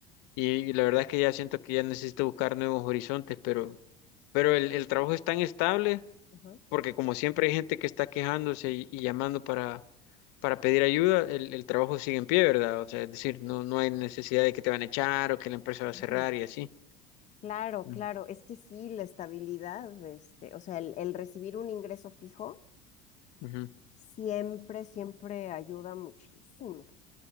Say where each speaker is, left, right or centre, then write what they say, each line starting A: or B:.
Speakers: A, on the left; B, on the left.
A: y, y la verdad es que ya siento que ya necesito buscar nuevos horizontes, pero, pero el, el trabajo es tan estable
B: ujú, Ujú.
A: porque como siempre hay gente que está quejándose y, y llamando para, para pedir ayuda, el, el trabajo sigue en pie, ¿verdad? O sea, es decir, no, no hay necesidad de que te van a echar o que la empresa va a
B: <laughs>
A: cerrar y así.
B: Claro,
A: Ujú.
B: claro, es que sí, la estabilidad, este, o sea, el, el recibir un ingreso fijo
A: Ujú.
B: siempre, siempre ayuda muchísimo,